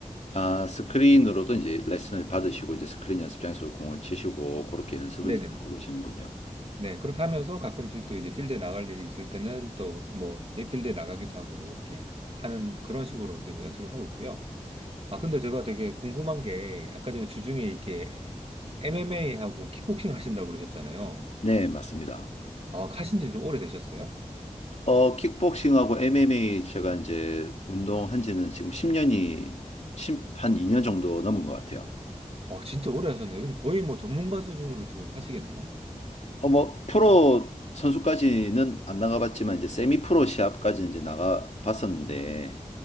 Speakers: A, on the left; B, on the right.
A: 아, 스크린으로도 이제 레슨을 받으시고 이제 스크린 연습장에서 공을 치시고 그렇게 연습을
B: 네네네.
A: 이제 하고 계시는군요.
B: 네, 그렇게 하면서 가끔씩 또 이제 필드에 나갈 일이 있을 때는 또 뭐, 예, 필드에 나가기도 하고, 이렇게 하는 그런 식으로 지금 연습을 하고 있고요. 아, 근데 제가 되게 궁금한 게, 아까 전에 주중에 이렇게 MMA하고 킥복싱 하신다고 그러셨잖아요.
A: 네, 맞습니다.
B: 아, 하신 지 좀 오래되셨어요?
A: 어, 킥복싱하고 MMA 제가 이제 운동한 지는 지금 10년이, 한 2년 정도 넘은 것 같아요.
B: 아, 진짜 오래 하셨네요. 그럼 거의 뭐 전문가 수준으로 지금 하시겠네요?
A: 어, 뭐, 프로 선수까지는 안 나가봤지만, 이제 세미 프로 시합까지는 이제 나가봤었는데,